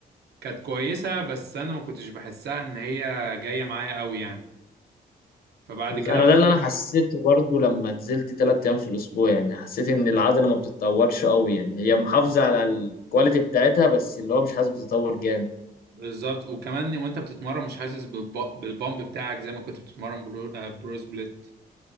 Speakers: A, on the right; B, on the left.
A: كانت كويسة بس أنا ما كنتش بحسها إن هي جاية معايا قوي يعني فبعد كده
B: انا ده
A: قعدت-
B: اللي انا حسيته برضو لما نزلت تلات ايام في الاسبوع يعني حسيت ان العضلة ما بتتطورش قوي يعني هي محافظة على الكواليتي بتاعتها بس اللي هو مش حاسس بتطور جامد
A: بالظبط وكمان وأنت بتتمرن مش حاسس بالب- بالبامب بتاعك زي ما كنت بتتمرن برو, آه، برو سبليت